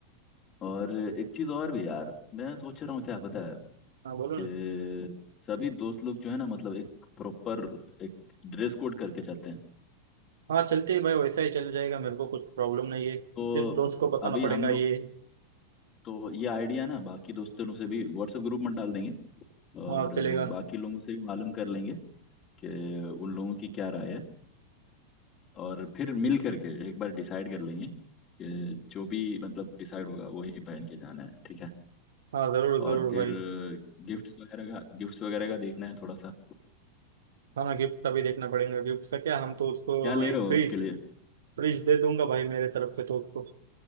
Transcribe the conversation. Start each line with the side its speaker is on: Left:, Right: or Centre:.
Left: और एक चीज और भी यार मैं सोच रहा हूँ क्या पता है
Right: हाँ बोलो
Left: कि
Right: ना
Left: सभी दोस्त लोग जो है ना मतलब एक प्रॉपर एक ड्रेस कोड करके चलते हैं
Right: हाँ चलते हैं भाई वैसा ही चल जाएगा मेरे को कुछ प्रॉब्लम नहीं है
Left: तो
Right: सिर्फ दोस्त को बताना
Left: अभी
Right: पड़ेगा
Left: हम लोग
Right: ये
Left: तो ये आइडिया ना बाकी दोस्तों से भी व्हाट्सएप ग्रुप में डाल देंगे और
Right: और चलेगा
Left: बाकी लोगों से भी मालूम कर लेंगे कि उन लोगों की क्या राय है और फिर मिल करके एक बार डिसाइड कर लेंगे कि जो भी मतलब डिसाइड होगा वही पहन के जाना है ठीक है
Right: हाँ जरूर जरूर
Left: और फिर
Right: भाई
Left: गिफ्ट्स वगैरह का गिफ्ट्स वगैरह का देखना है थोड़ा सा
Right: हमें गिफ्ट का भी देखना पड़ेगा गिफ्ट का क्या हम तो उसको
Left: क्या ले
Right: एक
Left: रहे हो
Right: फ्रिज
Left: उसके लिए
Right: फ्रिज दे दूंगा भाई मेरे तरफ से तो उसको